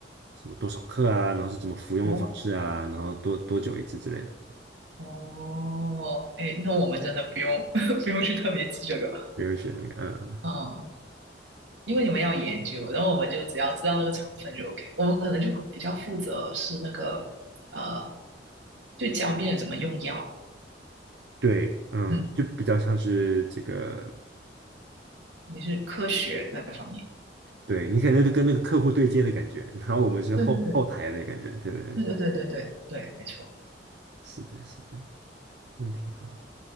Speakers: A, on the right; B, on the right.
A: 什么多少克啊，然后是怎么服用的方式啊，
B: 哦
A: 然后多多久一次之类的，
B: 哦，哎，那我们真的不用 <laughs> 不用去特别记这个，
A: 没有学那个，嗯
B: 嗯，因为你们要研究，然后我们就只要知道那个成分就 OK，我们可能就比较负责是那个呃，就教病人怎么用药，
A: 对，嗯，
B: 嗯，
A: 就比较像是这个，
B: 你是科学那方面。
A: 对你可能就跟那个客户对接的感觉，然后我们是后后台的感觉，
B: 对对对，
A: 对对对
B: 对对对对对对，没错。
A: 是的，是的，嗯，挺好，